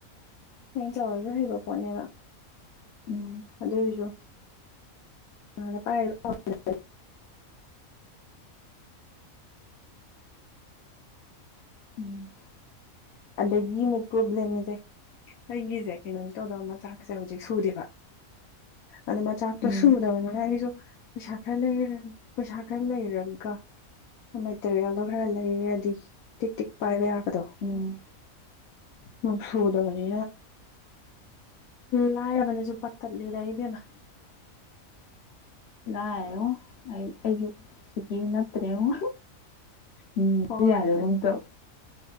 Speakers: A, on the left (about 85°); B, on the left (about 60°).
A: ꯑꯩꯅ ꯇꯧꯔꯁꯨ ꯍꯩꯕ ꯄꯣꯠꯅꯦꯕ꯫
B: ꯎꯝ
A: ꯑꯗꯨꯏꯁꯨ꯫ <unintelligible>
B: ꯎꯝ꯫
A: ꯑꯗꯒꯤ ꯃꯤꯠ ꯄ꯭ꯔꯣꯕ꯭ꯂꯦꯝꯁꯦ ꯑꯩꯒꯤꯁꯦ ꯀꯩꯅꯣꯁꯨ ꯇꯧꯗꯕ ꯃꯆꯥꯛꯁꯦ ꯍꯧꯖꯤꯛ ꯁꯨꯗꯦꯕ꯫ ꯑꯗꯣ ꯃꯆꯥꯛꯇꯣ
B: ꯎꯝ
A: ꯁꯨꯗꯕꯅꯤꯅ ꯑꯩꯁꯨ ꯄꯩꯁꯥ ꯈꯔ ꯂꯩꯔ ꯄꯩꯁꯥ ꯈꯔ ꯂꯩꯔꯒ꯫ ꯃꯦꯇꯔꯦꯜꯗꯣ ꯈꯔ ꯂꯩꯔꯗꯤ ꯇꯤꯛ ꯇꯤꯛ ꯄꯥꯏꯕ ꯌꯥꯕꯗꯣ꯫
B: ꯑꯣ꯫
A: ꯃꯣꯛ ꯁꯨꯨꯗꯕꯅꯤ ꯂꯥꯏꯔꯕꯅꯁꯨ ꯄꯠꯇꯠꯂꯦꯗ ꯏꯕꯦꯝꯃ꯫
B: ꯏꯀꯥꯏꯉꯣ ꯑꯩ ꯑꯩꯁꯨ ꯁꯤꯀꯤ ꯅꯞꯇ꯭ꯔꯦꯉꯣ꯫ ꯎꯝ
A: ꯍꯣꯏ
B: ꯌꯥꯗꯒꯨꯝꯇꯧ꯫